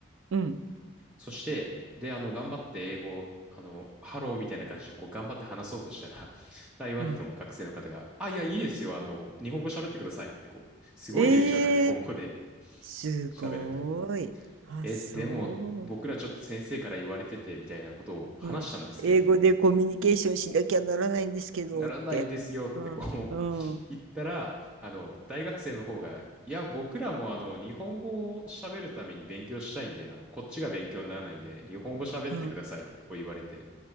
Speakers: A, on the right; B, in the centre.
A: うん
B: そして、で、あの、頑張って英語を、あの、ハローみたいな感じで、こう、頑張って話そうとしたら、<laughs> 台湾の学生の方が、
A: うん。
B: あ、いや、いいですよ、あの、日本語喋ってくださいって、こう、すごい流暢な日本語で
A: ええすごい。
B: 喋って、
A: あ、
B: え、
A: そう。
B: でも、僕らちょっと先生から言われててみたいなことを話したんですけれども、
A: うん、英語でコミュニケーションしなきゃならないんですけどって。
B: ならないんですよってこう
A: うん、うん、
B: <laughs>
A: う
B: 言ったら、あの、大学生の方が、いや、僕らもあの、日本語を喋るために勉強したいんで、あの、こっちが勉強にならないんで、日本語喋ってくださいってこう言われて、
A: ん、